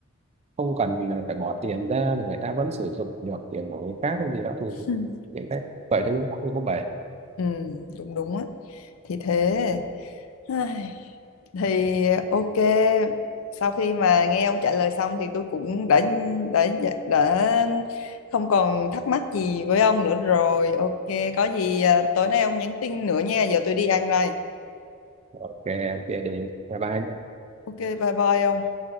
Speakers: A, on the right; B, on the left.
A: không cần là phải bỏ tiền ra mà người ta vẫn sử dụng được tiền của người khác hay gì đó thì
B: Ừ.
A: những cái vậy đấy cũng không có bể
B: ừ, đúng đúng á thì thế Ai, thì ok sau khi mà nghe ông trả lời xong thì tôi cũng đã đã dạ, đã không còn thắc mắc gì với ông nữa rồi ok có gì à, tối nay ông nhắn tin nữa nha giờ tôi đi ăn đây
A: ok em chia đi bye bye
B: ok bye bye ông